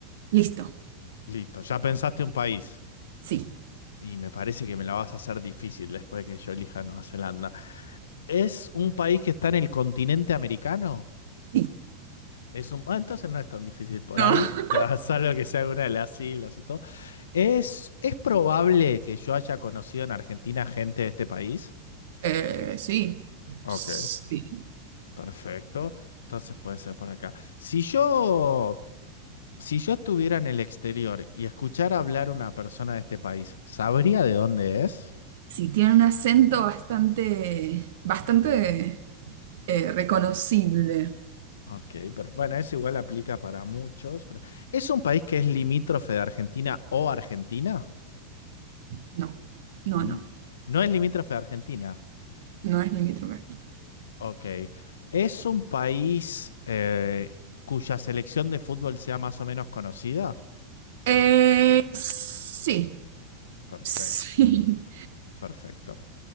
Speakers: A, on the right; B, on the left.
A: Listo,
B: Listo, ya pensaste un país.
A: sí,
B: Y me parece que me la vas a hacer difícil después de que yo elija Nueva Zelanda. ¿Es un país que está en el continente americano?
A: sí.
B: Es un... ah, entonces no es tan difícil por
A: No,
B: ahí, <laughs> salvo que sea una de las islas y todo. ¿Es, es probable que yo haya conocido en Argentina gente de este país?
A: <laughs> eh, sí,
B: Ok.
A: sí.
B: Perfecto. Entonces puede ser por acá. Si yo, si yo estuviera en el exterior y escuchara hablar una persona de este país, ¿sabría de dónde es?
A: Sí, tiene un acento bastante, bastante eh, reconocible.
B: Ok, pero bueno, eso igual aplica para muchos, pero ¿es un país que es limítrofe de Argentina o Argentina?
A: No, no,
B: N-
A: no,
B: No es limítrofe de Argentina.
A: no es limítrofe.
B: Ok. ¿Es un país eh, cuya selección de fútbol sea más o menos conocida?
A: Eh, sí,
B: Perfecto,
A: sí,
B: perfecto.